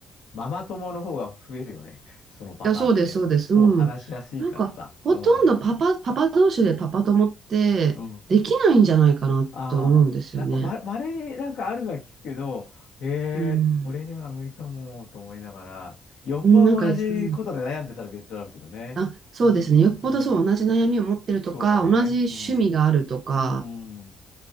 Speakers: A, on the left; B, on the right.
A: ママ友の方が増えるよね。そのパターンって。
B: や、そうです、そうです。
A: そう話しやすいからさ。
B: うん。なんか、ほとんどパパ、
A: うん。
B: パパ同士でパパ友って、
A: うん
B: できないんじゃないかなと思うんですよね。
A: ああ、なんかま、稀になんかあるのは聞くけど、ええ俺には無理かもと思いながら、
B: うん。
A: よっぽど同じことで悩んでたら別だろうけどね。
B: うんなんか、うんあ、そうですね。
A: うん、
B: よっぽどそう、
A: うん、
B: 同じ悩みを持ってるとか、
A: そうだね。
B: 同じ趣味があるとか、
A: うん、うん、うん